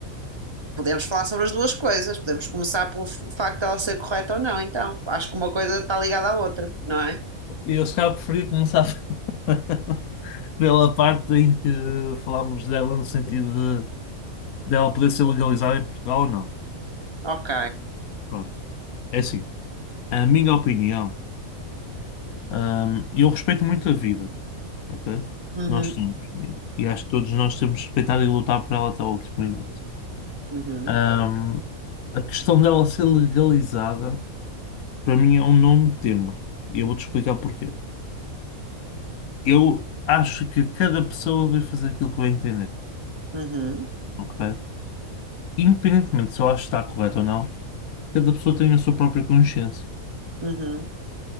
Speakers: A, on the right; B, on the left.
A: podemos falar sobre as duas coisas. Podemos começar pelo f- facto de ela ser correta ou não, então. Acho que uma coisa está ligada à outra, não é?
B: Eu se calhar preferia começar <laughs> pela parte em que falámos dela no sentido dela poder ser legalizada em Portugal ou não.
A: Ok.
B: Pronto, é assim. A minha opinião, hum, eu respeito muito a vida, ok? Que
A: Uhum,
B: Nós temos. E e acho que todos nós temos que respeitar e lutar por ela até o último minuto.
A: uhum,
B: Hum, a questão dela ser legalizada, para mim, é um nome tema. E eu vou-te explicar porquê. Eu acho que cada pessoa deve fazer aquilo que bem se
A: uhum,
B: ok? Independentemente se eu acho que está correto ou não, cada pessoa tem a sua própria consciência.
A: uhum,